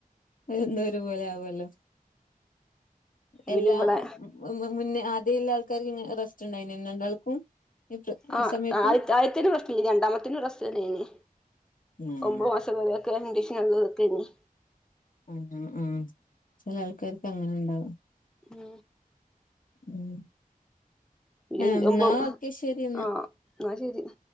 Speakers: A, on the left (about 65°); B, in the centre.
A: എന്തോ ഒരു പോലെ ആവുല്ലോ എല്ലാ
B: പിന്നെ ഇവിടെ
A: മുന്നേ ആദ്യല്ല ആൾക്കാര് ഇ റസ്റ്റ് ഇണ്ടായിനെ രണ്ടാൾക്കും. ഈ പ്ര-
B: ആഹ്
A: ഈ സമയത്ത്
B: ആഹ് ആദ്യത്തേന് റസ്റ്റില്ലേനി രണ്ടാമത്തേന് റസ്റ്റ് തന്നെയനി
A: ആഹ്
B: ഒമ്പത് മാസം വരെ കണ്ടീഷനൊള്ളോർക്കന്നെ
A: ആഹ് ആഹ് ചില ആൾക്കാർക്ക് അങ്ങനെ ഇണ്ടാവും
B: ഉം
A: ഉം
B: പിന്നെ
A: എഹ് ന്നാ
B: ഒമ്പത്
A: ഒക്കെ ശരിയെന്നാ
B: ആഹ് എന്നാ ശരി